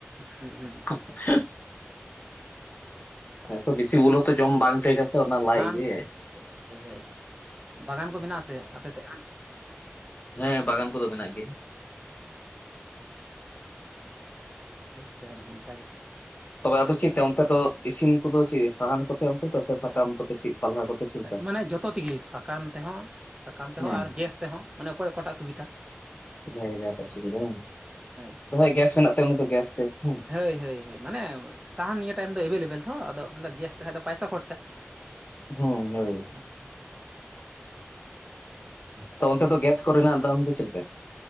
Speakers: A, on the right; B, on the left.
A: ᱦᱮᱸ ᱦᱮᱸ ᱦᱮᱸ
B: ᱦᱮ
A: ᱯᱟᱸᱪᱴᱤ
B: ᱦᱮᱸ ᱛᱚ ᱵᱮᱥᱤ
A: ᱪᱷᱚᱴᱤ
B: ᱩᱞ ᱦᱚᱸᱛᱚ ᱡᱚᱢ ᱵᱟᱝ ᱴᱷᱤᱠᱟ ᱥᱮ ᱚᱱᱟ ᱞᱟᱡ
A: ᱵᱟᱝ
B: ᱜᱮ
A: ᱦᱳᱭ ᱦᱳᱭ ᱵᱟᱜᱟᱱ ᱠᱚ ᱢᱮᱱᱟᱜ ᱟᱥᱮ ᱟᱯᱮ ᱥᱮᱫ
B: ᱦᱮᱸ ᱵᱟᱜᱟᱱ ᱠᱚᱫᱚ ᱢᱮᱱᱟᱜ ᱜᱮᱭᱟ
A: ᱥᱮᱢ ᱤᱱᱠᱟᱹ ᱜᱮ
B: ᱛᱚᱵᱮ ᱟᱫᱚ ᱪᱤᱛ ᱚᱱᱛᱮ ᱫᱚ ᱤᱥᱤᱱ ᱠᱚᱫᱚ ᱪᱮᱫ ᱥᱟᱦᱟᱱ ᱠᱚᱛᱮ ᱥᱮ ᱥᱟᱠᱟᱢ ᱠᱚᱛᱮ ᱪᱮᱫ ᱯᱟᱞᱦᱟ ᱠᱚᱛᱮ ᱪᱮᱫ ᱞᱮᱠᱟ
A: ᱢᱟᱱᱮ ᱡᱚᱛᱚ ᱛᱮᱜᱮ ᱥᱟᱠᱟᱢ ᱛᱮᱦᱚᱸ ᱥᱟᱠᱟᱢ ᱛᱮᱦᱚᱸ
B: ᱦᱩᱸ
A: ᱟᱨ ᱜᱮᱥ ᱛᱮᱦᱚᱸ ᱢᱟᱱᱮ ᱚᱠᱚᱭ ᱚᱠᱟᱴᱟᱜ ᱥᱩᱵᱤᱫᱷᱟ
B: ᱡᱟᱦᱟᱸ ᱡᱟᱦᱟᱸᱴᱟᱜ ᱥᱩᱵᱤᱫᱟ
A: ᱦᱳᱭ
B: ᱫᱚ ᱜᱮᱥ ᱢᱮᱱᱟᱜ ᱛᱟᱭ ᱩᱱᱤ ᱫᱚ ᱜᱮᱥ ᱛᱮ ᱦᱮᱸ
A: ᱦᱳᱭ ᱦᱳᱭ ᱦᱳᱭ ᱢᱟᱱᱮ ᱥᱟᱦᱟᱱ ᱱᱤᱭᱟᱹ ᱴᱟᱭᱤᱢ ᱫᱚ ᱮᱵᱮᱞᱮᱵᱮᱞ ᱛᱚ ᱟᱫᱚ ᱜᱮᱥ ᱛᱮᱱᱟᱜ ᱫᱚ ᱯᱚᱭᱥᱟ ᱠᱷᱚᱨᱪᱟ
B: ᱦᱩᱸ ᱦᱳᱭ
A: ᱦᱮ
B: ᱦᱚᱸ ᱚᱱᱛᱮ ᱫᱚ ᱜᱮᱥ ᱠᱚᱨᱮᱱᱟᱜ ᱫᱟᱢ ᱫᱚ ᱪᱮᱫ ᱞᱮᱠᱟ